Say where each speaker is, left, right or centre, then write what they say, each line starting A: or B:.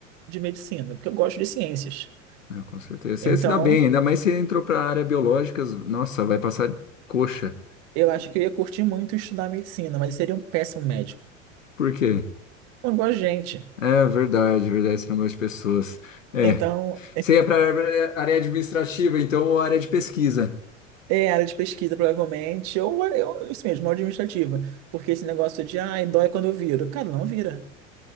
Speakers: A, on the right; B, on the left.
A: de medicina, porque eu gosto de ciências.
B: É, com certeza. Você
A: Então,
B: se dá bem, ainda mais se entrou para a área biológicas, nossa, vai passar coxa.
A: eu acho que eu ia curtir muito estudar medicina, mas seria um péssimo médico.
B: Por quê?
A: Eu não gosto de gente.
B: É verdade, verdade, você não gosta de pessoas. É.
A: Então,
B: Você ia para a área área administrativa, então, ou área de pesquisa.
A: É área de pesquisa, provavelmente, ou é, eu, isso mesmo, administrativa. Porque esse negócio de, ai, dói quando eu viro. Cara, não vira.